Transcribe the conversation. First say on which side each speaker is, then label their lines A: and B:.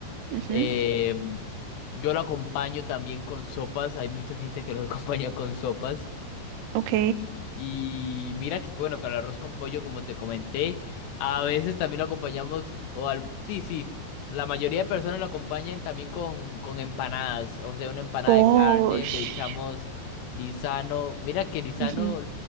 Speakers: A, on the right; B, on the left.
A: Ujú,
B: Eh, yo lo acompaño también con sopas. Hay mucha gente que lo <laughs> acompaña con sopas.
A: Ok,
B: Y mira que bueno, con el arroz con pollo, como te comenté, a veces también lo acompañamos, o al, sí, sí, la mayoría de personas lo acompañan también con, con empanadas, o sea, una empanada
A: oh,
B: de carne,
A: sh-
B: le echamos lisano, mira que lisano
A: ujú,